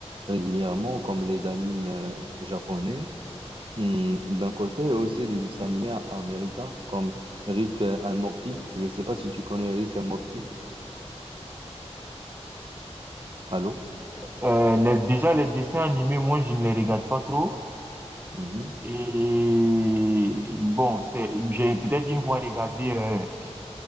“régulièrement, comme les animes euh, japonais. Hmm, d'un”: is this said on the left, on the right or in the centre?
Right